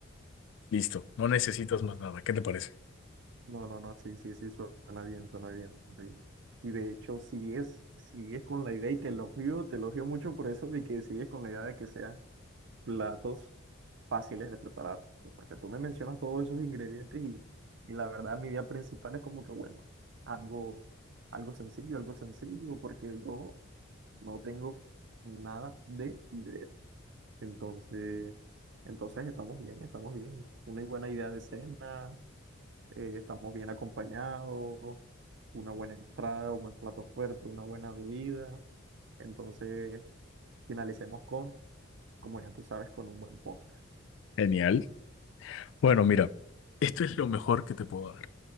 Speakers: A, on the left; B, on the right.
A: listo, no necesitas más nada. ¿Qué te parece?
B: No, no, no, sí, sí, sí, suena bien, suena bien. sí. Y de hecho, si es, si es con la idea y te elogio, te elogio mucho por eso de que sigues con la idea de que sea platos fáciles de preparar. O sea, Porque tú me mencionas todos esos ingredientes y, y la verdad mi idea principal es como que, bueno, algo, algo sencillo, algo sencillo, porque yo no tengo nada de idea. Entonces, entonces estamos bien, estamos bien. Una buena idea de cena, eh, estamos bien acompañados, una buena entrada, un buen plato fuerte, una buena bebida. Entonces, finalicemos con, como ya tú sabes, con un buen postre.
A: Genial. Bueno, mira, esto es lo mejor que te puedo dar.